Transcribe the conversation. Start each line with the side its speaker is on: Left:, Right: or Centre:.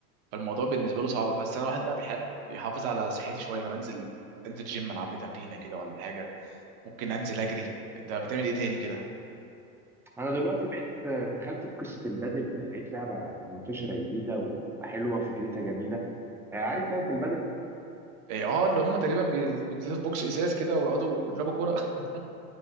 Right: فالموضوع بالنسبه له صعب بس انا واحد بقى بيحب يحافظ على صحتي شويه فبنزل انزل جيم العب لي تمرينه كده ولا حاجه ممكن انزل اجري انت بتعمل ايه تاني كده
Centre: انا دلوقتي بقيت آه، دخلت في قصه البادل لقيت لعبه منتشره جديده وحلوه فكرتها جميله آه، عارف لعبه البادل
Right: إيه، اه اللي هم تقريبا بي- بينزلوا في بوكس ازاز كده ويقعدوا يضربوا كوره <laughs>